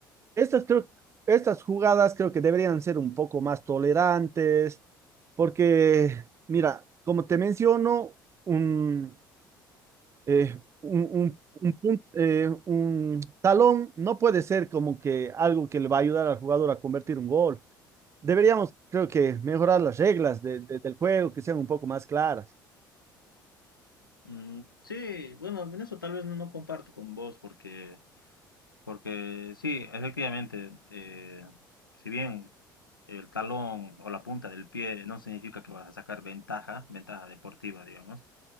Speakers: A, on the right (about 25°); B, on the left (about 85°).
A: Estas, creo, estas jugadas creo que deberían ser un poco más tolerantes, porque, mira, como te menciono, un, eh, un, un- un pun- eh, un talón no puede ser como que algo que le va a ayudar al jugador a convertir un gol. Deberíamos, creo que, mejorar las reglas de- de- del juego, que sean un poco más claras.
B: Mm, sí, bueno, en eso tal vez no, no comparto con vos porque Porque sí, efectivamente, eh, si bien el talón o la punta del pie no significa que vas a sacar ventaja, ventaja deportiva, digamos,